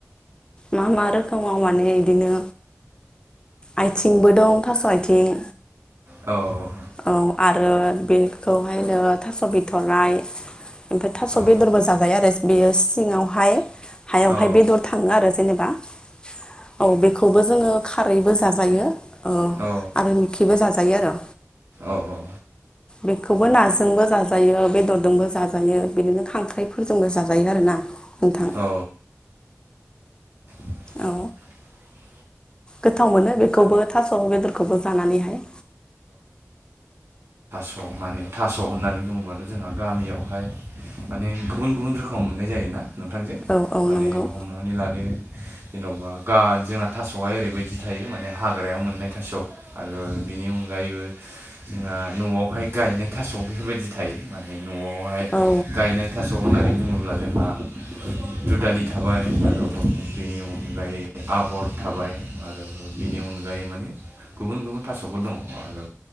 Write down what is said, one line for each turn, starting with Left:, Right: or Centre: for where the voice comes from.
Left: मा मा रोखोमाव माने इदिनो आइथिंबो दं थास' आइथिं।
Right: औ औ।
Left: औ आरो बेखौहायनो थास' बिथ'राइ ओमफ्राय थास'
Right: औ
Left: बेदरबो जाजायो आरो बियो सिङावहाय हायावहाय
Right: औ
Left: बेदर थाङो आरो जेनेबा। औ बेखौबो जोङो खारैबो जाजायो ओ
Right: औ
Left: आरो मिखिबो जाजायो आरो।
Right: औ औ।
Left: बेखौबो नाजोंबो जाजायो बेदरजोंबो जाजायो बिदिनो खांख्राइफोरजोंबो जाजायो आरोना। नोंथां
Right: अ। <inaudible>
Left: औ गोथाव मोनो बेखौबो थास' बेदरखौबो जानानैहाय।
Right: अ माने थास' होननानै बुङोबाथ' जोंहा गामियावहाय माने गुबुन गुबुन रोखोमाव मोननाय जायोना नोंथांजों
Left: औ औ
Right: माने
Left: नंगौ
Right: हमनानै लादो जेनेबा गा जोंना थास'हाय ओरैबायदि थायो माने हाग्रायाव मोननाय थास' आरो बेनि अनगा यैबो जों न'आव हाय गायनाय थास' बेफोरबायदि थायो माने न'आवहाय
Left: औ
Right: गायनाय थास' होननानै बुङोब्ला जोंहा दुदालि थाबाय आरो बिनि अनगायै आबर थाबाय आरो बिनि अनगायै माने गुबुन गुबुन थास सफोर दङ आरो